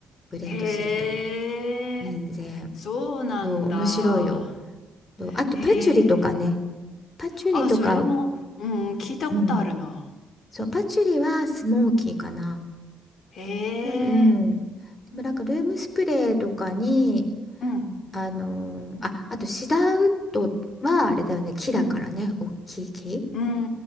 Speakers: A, on the left; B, on the left.
A: ブレンドすると。
B: へえ、
A: 全然。
B: そうなんだ。
A: そう、面白いよ。そうあとパチュリとかね。
B: ええ、
A: パチュリとか
B: あ、それも、うん、聞いたことあるな。
A: うん。そう、パチュリはスモーキーかな。
B: へ
A: うん。う
B: え、
A: んでもなんかルームスプレーとかに、
B: うん、
A: あのーあ、あとシダーウッドはあれだよね、木だからね、
B: うん、
A: 大きい木。
B: うん、う